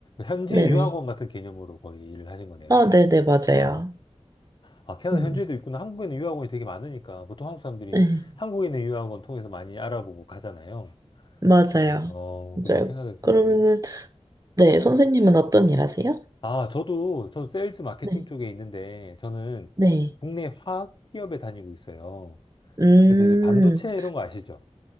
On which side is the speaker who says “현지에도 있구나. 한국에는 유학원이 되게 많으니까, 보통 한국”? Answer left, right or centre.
Left